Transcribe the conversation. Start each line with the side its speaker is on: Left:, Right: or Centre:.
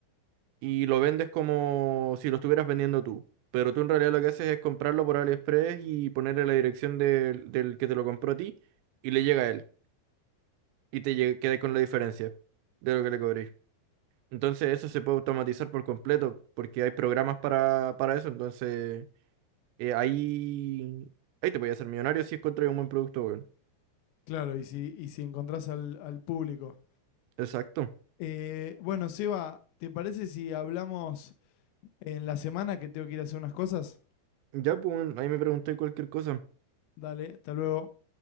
Right: y lo vendes como si lo estuvieras vendiendo tú. Pero tú en realidad lo que haces es comprarlo por AliExpress y ponerle la dirección del, del que te lo compró a ti y le llega a él. Y te lle- quedas con la diferencia de lo que le cobrís. Entonces eso se puede automatizar por completo porque hay programas para, para eso. Entonces eh, ahí, ahí te voy a hacer millonario si encuentras un buen producto, weón.
Left: Claro, y si, y si encontrás al, al público.
Right: Exacto.
Left: Eh, bueno, Seba, ¿te parece si hablamos en la semana que tengo que ir a hacer unas cosas?
Right: Ya, pues, weón, ahí me pregunté cualquier cosa.
Left: Dale, hasta luego.